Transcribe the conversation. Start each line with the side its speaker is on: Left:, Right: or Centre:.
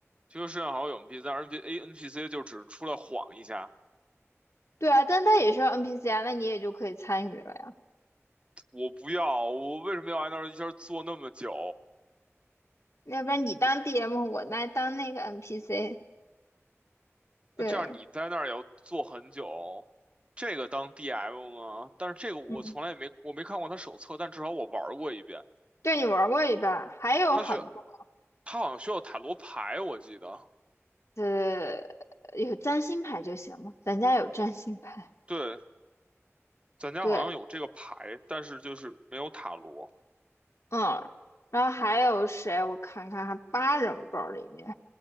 Right: 西河试验好像有 NPC，但是 NP A NPC 就只是出来晃一下，
Left: 对啊，但它也是 NPC 啊，那你也就可以参与了呀。
Right: 我不要，我为什么要挨那儿一下坐那么久？
Left: 要不然你当 DM，我来当那个 NPC。对，
Right: 那这样你在那儿也要坐很久，这个当 DM 吗？但是这个我从来也没，
Left: 嗯，
Right: 我没看过他手册，但至少我玩儿过一遍。
Left: 对你玩过一半，还有很多。
Right: 他需要，他好像需要塔罗牌，我记得。
Left: 呃，有占星牌就行了，咱家有占星牌。
Right: 对，咱家好像有这个牌，
Left: 对，
Right: 但是就是没有塔罗。
Left: 嗯，然后还有谁？我看看啊，还八人包里面，